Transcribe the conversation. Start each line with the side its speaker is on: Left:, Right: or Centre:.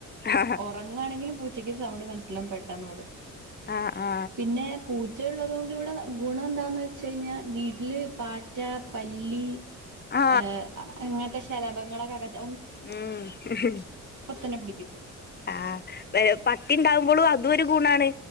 Left: ആ
Right: ഉറങ്ങാണെങ്കിലും പൂച്ചക്ക് സൗണ്ട് മനസ്സിലാവും പെട്ടന്നോടും
Left: ആ ആ
Right: പിന്നെ പൂച്ച ഉള്ളത് കൊണ്ട് ഇവിടെ ഗുണം എന്താന്ന് വെച്ച കയിഞ്ഞാ വീട്ടില് പാറ്റ പല്ലി
Left: ആ
Right: ഏഹ് അങ്ങനത്തെ ശലഭങ്ങളൊകെ അ
Left: മ് മ്ഹ്
Right: തന്നെ പിടിക്കും
Left: ആഹാ പട്ടിയുണ്ടാകുമ്പോളും അതും ഒരു ഗുണം ആണ്